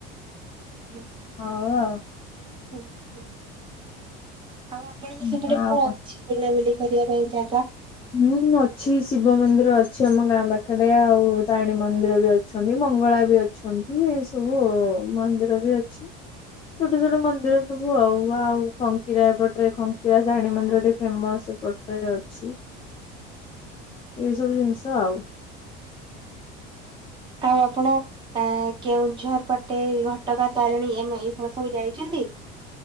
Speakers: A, on the right; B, on the left.
A: ହୁଁ
B: ହଉ ଆଉ।
A: ଆଉ ଆପଣଙ୍କ
B: ହୁଁ
A: ସେପଟେ କଣ
B: ଆଉ
A: ଅଛି। ବୁଲାବୁଲି କରିବା ପାଇଁ ଜାଗା।
B: ହୁଁ ଅଛି ଶିବ ମନ୍ଦିର ଅଛି ଆମ ଗାଁ ପାଖରେ ଆଉ ତାରିଣୀ ମନ୍ଦିର ବି ଅଛି। ଅଛନ୍ତି ମଙ୍ଗଳା ବି ଅଛନ୍ତି ଏ ସବୁ ମନ୍ଦିର ବି ଅଛି। ଛୋଟ ଛୋଟ ମନ୍ଦିର ସବୁ ଆଉ ଆଉ ଖଙ୍କିରା ଏପଟରେ ଖଙ୍କିରା ସାହାଣୀ ମନ୍ଦିର ଟିକେ ଫେମସ୍ ଏପଟେ। ଅଛି। ଏଇ ସବୁ ଜିନିଷ ଆଉ।
A: ଆଉ ଆପଣ କେଉଁଝର ପଟେ ଘଟଗାଁ ତାରିଣୀ ଏ ଏଇପଟ ସବୁ ଯାଇଛନ୍ତି।